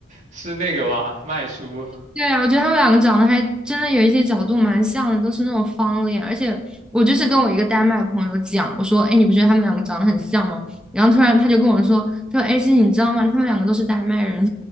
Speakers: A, on the right; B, in the centre.
A: 是那个吧，麦叔。
B: 对啊，我觉得他们两个长得还真的有一些角度蛮像的，都是那种方脸。而且我就是跟我一个丹麦朋友讲，我说：“哎，你不觉得他们两个长得很像吗？”然后突然他就跟我说：“他说，哎，其实你知道吗？他们两个都是丹麦人。”